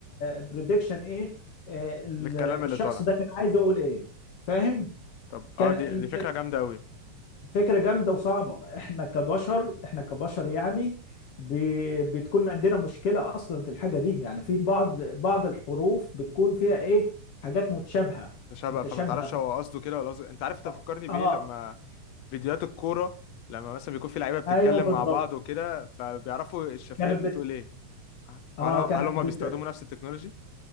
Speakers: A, on the left (about 50°); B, on the left (about 85°).
A: بريدكشن ايه آه، ال-
B: للكلام
A: الشخص
B: اللي طالع
A: ده كان عايز يقول ايه فاهم
B: طب
A: كان
B: اه دي دي فكره جامده قوي
A: فكرة جامدة وصعبة احنا كبشر احنا كبشر يعني ب... بتكون عندنا مشكلة اصلا في الحاجة دي يعني في بعض بعض الحروف بتكون فيها ايه حاجات متشابهة
B: ده شبه
A: متشابهة
B: فما تعرفش
A: في...
B: هو قصده كده ولا قصده انت عارف انت
A: اه
B: فكرني بايه
A: آه،
B: لما فيديوهات الكوره لما مثلا بيكون في لعيبه بتتكلم
A: ايوه بالضبط
B: مع بعض وكده فبيعرفوا الشفايف
A: كانت
B: بتقول
A: بت...
B: ايه
A: اه
B: هل هل
A: كانت
B: هم
A: بت...
B: بيستخدموا نفس التكنولوجي